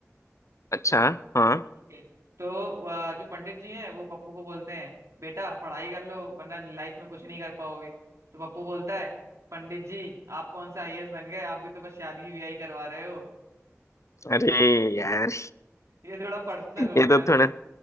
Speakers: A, on the left; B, on the right.
A: अच्छा हाँ
B: ठीक है तो वह जो पंडित जी हैं वो पप्पू को बोलते हैं बेटा पढ़ाई कर लो वरना लाइफ में कुछ नहीं कर पाओगे तो पप्पू बोलता है पंडित जी आप कौन सा आईएएस बन गए आप भी तो बस शादी ब्याह करवा रहे हो
A: अरे यार
B: ये थोड़ा पर्सनल हो
A: ये
B: गया
A: तो थोड़ा
B: था